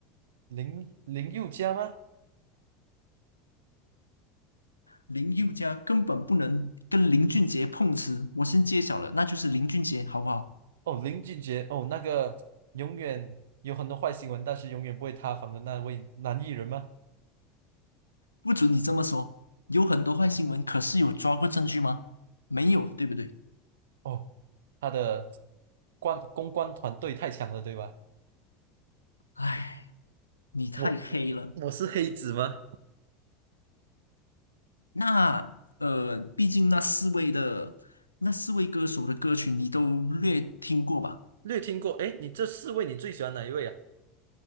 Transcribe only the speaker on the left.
林宥嘉根本不能跟林俊杰碰瓷，我先揭晓了，那就是林俊杰，好不好？
不准你这么说，有很多坏新闻，可是有抓过证据吗？没有，对不对？
唉，你太黑了。
那呃，毕竟那四位的那四位歌手的歌曲你都略听过吧？